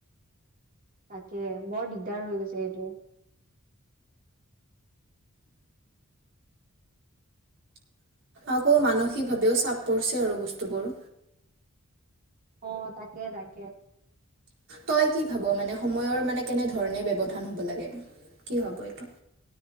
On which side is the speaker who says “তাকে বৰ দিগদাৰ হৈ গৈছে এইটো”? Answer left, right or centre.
Right